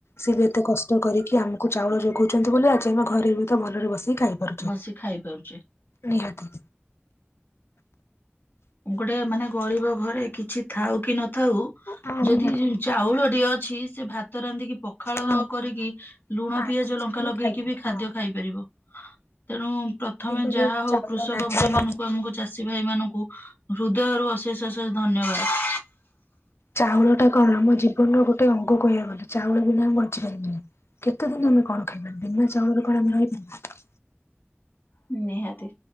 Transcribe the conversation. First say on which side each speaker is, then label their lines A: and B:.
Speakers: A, on the left; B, on the left.
A: ସିଏ ବି ଏତେ କଷ୍ଟ କରିକି ଆମକୁ ଚାଉଳ ଯୋଗଉଛନ୍ତି ବୋଲି ଆଜି ଆମେ ଘରେ ବି ତ ଭଲରେ ବସିକି ଖାଇପାରୁ।
B: ବସି ଖାଇପାରୁଛୁ।
A: ନିହାତି।
B: ଗୋଟେ ମାନେ ଗରିବ ଘରେ କିଛି ଥାଉ କି ନଥାଉ
A: ହଁ
B: ଯଦି
A: ନିହାତି
B: ଚାଉଳଟିଏ ଅଛି ସେ ଭାତ ରାନ୍ଧିକି ପ ପଖାଳ
A: ହଁ ହଁ।
B: କରିକି ଲୁଣ
A: ଆଳୁ
B: ପିଆଜ
A: ସିଝେଇକି
B: ଲଙ୍କା ଲଗେଇକି
A: ଖାଇଦେଲେ
B: ବି ଖାଦ୍ୟ
A: ହଁ
B: ଖାଇପାରିବ। ତେଣୁ ପ୍ରଥମେ
A: କିନ୍ତୁ
B: ଯାହା
A: ଯୋଉ
B: ହଉ
A: ଚାଉଳ
B: କୃଷକ
A: ନାହିଁ
B: ଭାଇ ମାନଙ୍କୁ ଆମକୁ ଚାଷୀ ଭାଇ ମାନଙ୍କୁ ହୃଦୟରୁ ଅଶେଷ ଅଶେଷ ଧନ୍ୟବାଦ।
A: ଚାଉଳଟା କଣ ଆମ ଜୀବନର ଗୋଟେ ଅଙ୍ଗ କହିବାକୁ ଗଲେ ଚାଉଳ ବିନା ଆମେ ବଞ୍ଚିପାରିବାନି। କେତେ ଦିନ ଆମେ କଣ ଖାଇବା ବିନା ଚାଉଳରେ କଣ ଆମେ ରହିପାରିବା?
B: ନିହାତି।